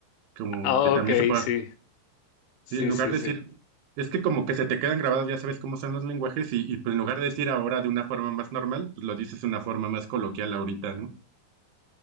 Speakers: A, on the right; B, on the left.
A: Como
B: Ah,
A: que también
B: Ok,
A: se puede.
B: sí, sí,
A: Sí, en lugar
B: sí,
A: de decir,
B: sí.
A: es que como que se te quedan grabados, ya sabes cómo son los lenguajes, y, y pues en lugar de decir ahora de una forma más normal, pues lo dices de una forma más coloquial ahorita, ¿no?